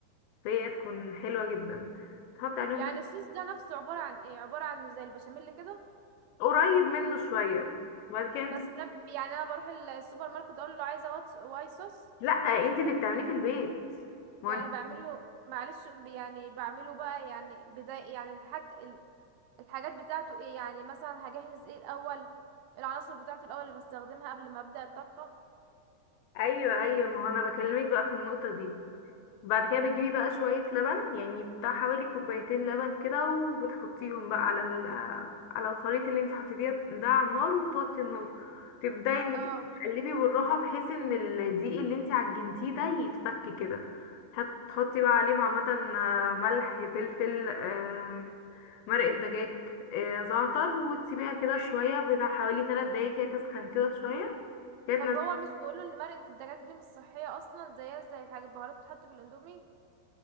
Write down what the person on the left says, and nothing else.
فهي تكون حلوة جدا تحطي عليهم
تلات-
قريب منه شوية وبعد كده انتي
لأ انتي اللي بتعمليه في البيت ما
انت
ايوه ايوه ما هو انا بكلمك بقى في النقطة دي بعد كده بتجيبي بقى شوية لبن يعني بتاع حوالي كوبايتين لبن كده وبتحطيهم بقى على ال على الخليط اللي انت حطيتيه ده على النار وتوطي النار تبدأي انك
انت تقلبي بالراحة بحيث ان الدقيق اللي انت عجنتيه ده يتفك كده هتحطي بقى عليهم عامة آه، ملح فلفل آم، مرقة دجاج آه، زعتر وتسيبيها كده شوية بتاع حوالي تلات دقايق كده تسخن كده شوية كانت